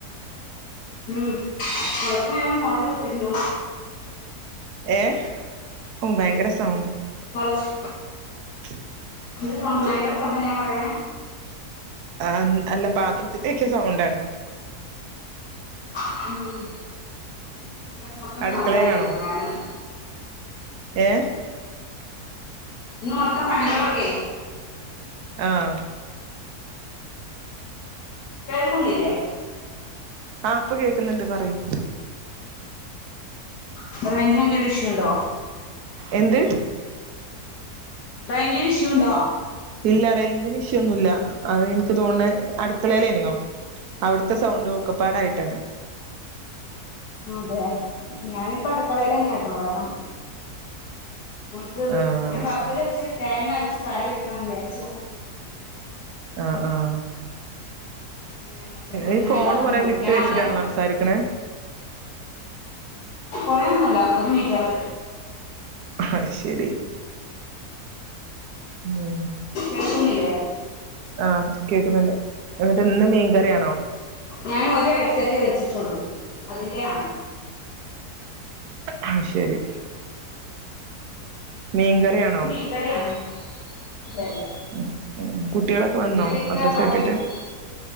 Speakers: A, on the left; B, on the right.
A: ഉം കൊറച്ച് ഞാൻ ഫോണിൽ കുത്തിര്ന്നു
B: ഏഹ് ഉം ഭയങ്കര സൗണ്ട്
A: കൊറച്ച്
B: <inaudible>
A: നിങ്ങക്ക് സംസാരിക്കാൻ സമയായ പറയണേ
B: ആഹ് അല്ല പാത്രത്തിന്റെ എക്കെ സൗണ്ടാണ്.
A: ഉം <unintelligible> ഇവടെ മൊത്തം
B: അടുക്കളയിലാണോ
A: സൗണ്ടായിരിക്കുപ്പോ കാരണം
B: ഏ
A: ഇന്ന് മൊത്തം പണികളൊക്കെ
B: ആഹ്
A: കേൾക്കുന്നില്ലേ
B: ആഹ് ഇപ്പൊ കേക്കുന്ന്ണ്ട് പറയൂ
A: ഇപ്പൊ റെയിഞ്ചിനെന്തേലും ഇഷ്യൂണ്ടോ
B: എന്ത്
A: റേയ്ഞ്ചിന് ഇഷ്യൂണ്ടോ
B: ഇല്ല റേഞ്ചിന് ഇഷ്യൂ ഒന്നുല്ല അത് ഇന്ക്ക് തോന്ന്ണെ അടുക്കളേലല്ല്യോ അവിട്ത്തെ സൗണ്ടും ഒക്കപ്പാടായിട്ടാണ്.
A: അതെ ഞാനിപ്പോ അടുക്കളേലെന്ന്യാട്ടോ കാരണം നമുക്ക്
B: ആഹ്
A: ഞാൻ പത്തലെച്ച്
B: ശരി
A: തേങ്ങ അരച്ച് കറി വെക്കാന്ന് വിചാരിച്ചു
B: ആഹ് ആഹ്
A: പിന്നെ പത്തല് പൊരിക്കണമെങ്കിൽ
B: ഈ ഫോണ്
A: പത്തല്
B: കൊറേ
A: മുറിക്കണം
B: വിട്ട് വെച്ച്ട്ടാണോ
A: ആദ്യം
B: സംസാരിക്ക്ണേ
A: കൊറേന്നുല്ല ഒരു മീറ്ററ്
B: അയ്ശെരി ഉം
A: കേക്കുന്നില്ലേ
B: ആഹ് കേക്കുന്നുണ്ട് എന്നിട്ട് എന്നും മീൻകറിയാണോ
A: ഞാനൊര് ഹെഡ്സെറ്റേ വെച്ചിട്ടോള്ളൂ അതിന്റെയാണ്
B: അത് ശെരി മീൻകറിയാണോ
A: ഇന്ന് മീൻകറിയാണ് അതെ അതെ
B: ഉം ഉം കുട്ടികളൊക്കെ വന്നോ
A: ഇവിടേക്കയാ
B: മദ്രസ
A: <unintelligible>
B: വിട്ടിട്ട്